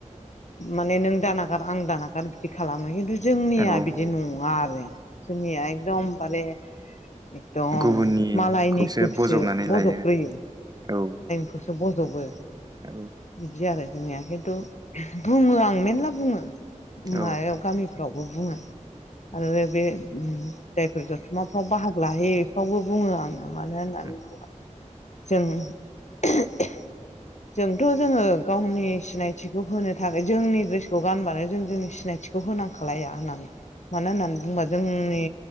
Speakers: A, on the left; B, on the right.
A: माने नों दानागार आं दानागार बिदि खालामो खिन्थु जोंनिया
B: औ
A: बिदि नङा आरो जोंनिया एकदमबारे एकदम
B: गुबुननिखौसो
A: मालायनिखौसो
B: बजबनानै
A: बज'बग्रोयो
B: लायो औ
A: खौसो बज'बो
B: औ
A: बिदि आरो जोंनिया खिन्थु बुङो आं मेरला बुङो मायाव
B: औ
A: गामि फोरावबो बुङो आरो बे जायफोर जथुम्माफ्राव बाहागो लायो बेखौबो बुङो आङो मानो होननानै
B: उम
A: बुङोबा जों <unintelligible> जोंथ' जोङो गावनि सिनायथिखौ होनो थाखाय जोंनि द्रेसखौ गानबानो जों जोंनि सिनायथिखौ हो होनां खालाया होननानै मानो होननानै बुंबा जोंनि